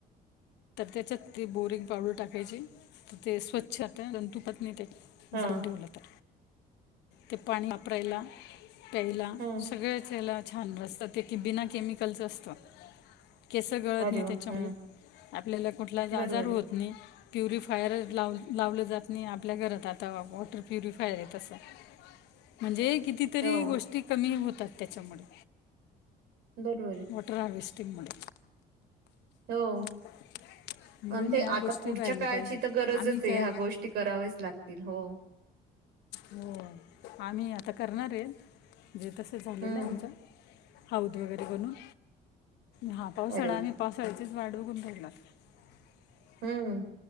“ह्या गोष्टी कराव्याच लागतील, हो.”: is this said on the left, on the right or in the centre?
Right